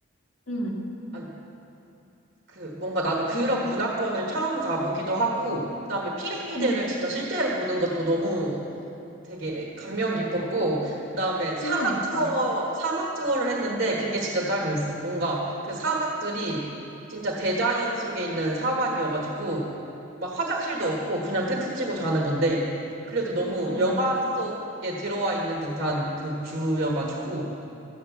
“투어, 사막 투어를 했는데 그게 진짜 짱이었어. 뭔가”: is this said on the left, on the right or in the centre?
Right